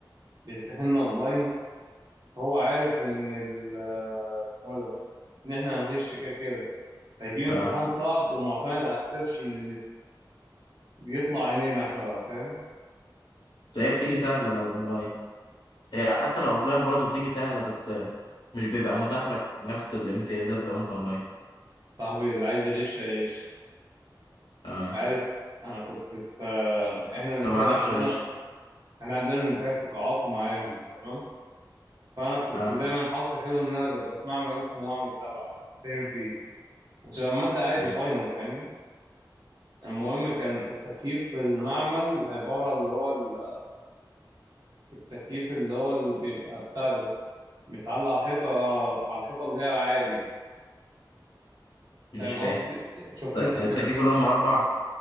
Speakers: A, on the right; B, on the left.
A: بيمتحننا اونلاين هو عارف ان ال آه، اسمه ده ان احنا هنغش كده كده فيجيب امتحان
B: اه
A: صعب ومعتمد على السيرش من النت بيطلع عينينا احنا بقى فاهم
B: بس هي بتيجي سهله لو اونلاين هي حتى لو اوفلاين برضه بتيجي سهلة بس آه، مش بيبقى متاح لك نفس الامتيازات لو انت اونلاين
A: صاحبي اللي عايز يغش هيغش
B: آه
A: عارف انا كنت في احنا بنمتحن
B: ما بعرفش
A: عندنا
B: اغش
A: في... احنا عندنا بنمتحن في قاعات ومعامل تمام فانا كنت
B: آه.
A: دايما حظي حلو ان انا ببقى في معمل اسمه معمل سبعة فاهم فيه وتبقى المادة عادي
B: آه.
A: فاينل فاهمني المهم كان التكييف في المعمل عبارة اللي هو ال- التكييف اللي هو اللي بيبقى بتاع ده متعلق على الحيطة على الحيطة اللي هي العادي
B: مش
A: فاهم
B: فاهم
A: قصدي يعني شفت
B: ت-
A: انت كده
B: التكييف اللي هو مربع